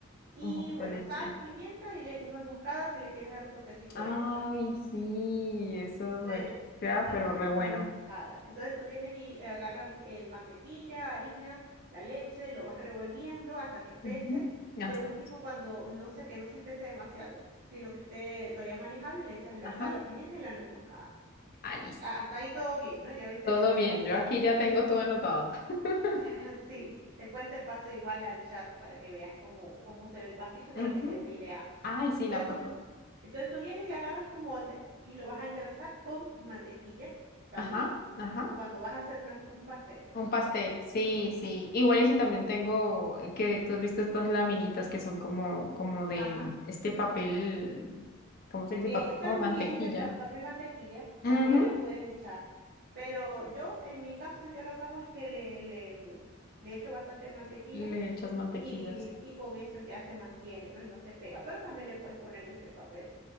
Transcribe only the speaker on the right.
y
bueno,
sal, pimienta y le- nuez moscada si le quieres dar un toquecito
extra.
Entonces,
esa
no es moscada. Entonces tú vienes y eh, agarras el mantequilla, harina, la leche, lo vas revolviendo hasta que espese.
De
último, cuando no sé que no se espese demasiado, sino que esté todavía manejable, le echas la
sal, la pimienta y la nuez moscada.
A- Hasta ahí todo bien, ¿no? Ya viste
que tenemos
todo.
<laughs> Sí, después te paso igual al chat para que veas cómo, cómo se ve el pasticho,
para que te des una idea.
Entonces
tú, entonces tú vienes y agarras tu molde y lo vas a engrasar con mantequilla también,
como cuando vas a hacer una- un pastel, pues,
lo,
todo sí.
Ajá.
Eh,
también
del ta- papel mantequilla,
también le puedes echar, pero yo, en mi caso, yo lo que hago es que le, le, mm, le echo bastante mantequilla
y,
y con eso ya se mantiene, ¿no? Y no se pega, pero también le puedes poner de ese papel.